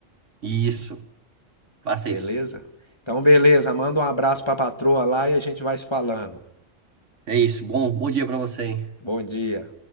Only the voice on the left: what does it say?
beleza?
Então beleza, manda um abraço pra patroa lá e a gente vai se falando.
Bom dia.